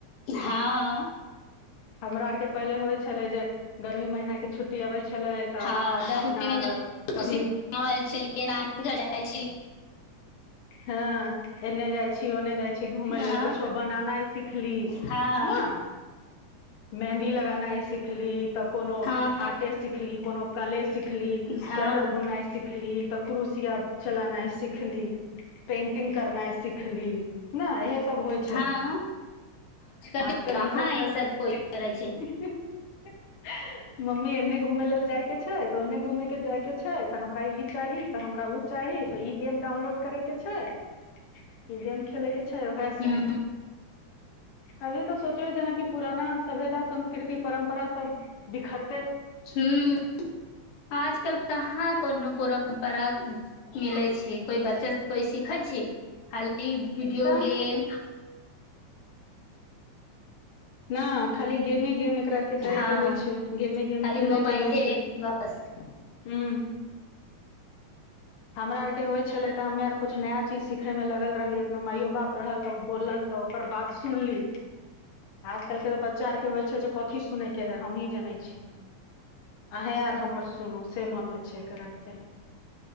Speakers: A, on the left (about 85°); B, on the left (about 50°).
A: हँ।
B: हमरा आरके पहिले होइ छलै जे। गर्मी महीना के छुट्टी अबै छलै तऽ
A: हँ गर्मीमे
B: अपना आर
A: खुशी
B: कभी
A: छलिय नानी घ छल।
B: हँ एन्ने जाइ छी ओन्ने जाइ छी घुमय लेल
A: हँ
B: कछो बनेनाइ सिखली
A: हँ
B: न। मेंहन्दी लगानाइ सिक। सिखली तऽ कोनो
A: हँ
B: आर्टे सिखली कोनो। कले। सिखली
A: हँ
B: स्वेटर बुननाइ सिखली त क्रुसिया चलनाइ सिखली। पेंटिंग करनाइ सिखली ने इहे सब होइ छलै
A: हँ के
B: आजकल
A: कहाँ
B: ई सब छै।
A: कोइ करै छै
B: <unintelligible> मम्मी एने घुमै ल लेल जाइ। के छै तऽ ओन्ने घूमे के जाय के छै तऽ हमरा ई चाही तऽ हमरा उ चाही त ई गेम डाउनलोड करे के। छै। ई गेम खेले के छै वएह
A: ह
B: सब अभी तऽ सोचियो जेनाकि पुराना। सभ्यता संस्कृति परम्परा सब बिखर।
A: ह आजकल कहाँ कोनोूप। पड़ा मिलै छै कोइ बच्चा कोइ सिखै छी खाली। ई वीडियो
B: तऽ
A: गेम।
B: नहि खाली गेमे गेम एकरा आरके करयके
A: हँ
B: होइ छै गेमे गेम
A: खाली
B: खेलयके
A: मोबाइले
B: होइ छै
A: बस
B: ह्म। हमरा आरके होइत छलै त हमे आर किछु नया चीज सिखयमे लगल रहलियै। अपना माइयो बाप रहल त बोलल त ओकर बात सुनली। आजकल के तो बच्चा आर के होइ छै। कथी सुनैके है हमही जानै छी अहे आर हमर सुनू से मन होइ छै एक आरके।